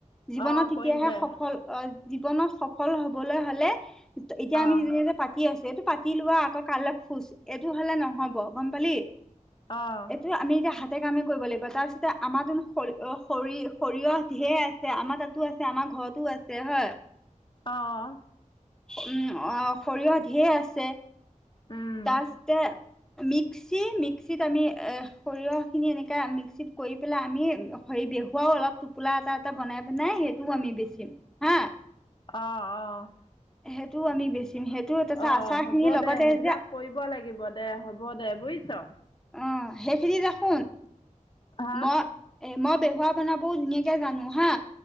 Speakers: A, in the centre; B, on the left.
A: জীৱনত
B: অঁ
A: তেতিয়াহে
B: কৰিম দে
A: সফল অহ, জীৱনত সফল হবলৈ হ'লে, এতিয়া
B: অঁ
A: আমি নিজে-নিজে পাতি কি আছে এইটো পাতি লোৱা আকৌ কাইলে ফোজ এইটো হ'লে নহ'ব গম পালি।
B: অঁ
A: এইটো আমি এতিয়া হাত হাতে কামেই কৰিব লাগিব তাৰপিছতে আমাৰতোনো সৰ-সৰি-সৰিয়হ ধেৰ আছে আমাৰ তাতে তাতো আছে, আমাৰ ঘৰতো আছে হয়।
B: অহ।
A: উম', অহ' সৰিয়হ ধেৰ আছে,
B: উম
A: তাৰপিছতে মিক্স মিক্সি-মিক্সিত আমি সৰিয়হখিনি এনেকে মিক্সিত কৰি পেলাই আমি হেৰি দেখোৱাও অলপ টোপোলা এটা এটা বনাই বনাই সেইটোও আমি বেচিম হা।
B: অহ', অহ'।
A: সেইটোও আমি বেচিম। সেইটোও তাৰপিছত
B: অ'
A: আচাৰখিনিৰ
B: হ'ব
A: লগতে
B: দে সেইবিলাক
A: যে
B: কৰিব লাগিব দে, হ'ব দে বুজিছ।
A: অহ, সেইখিনি দেখোন
B: হা
A: মই এ, মই বেহুৱা বনাবও ধুনীয়াকে জানোঁ হা।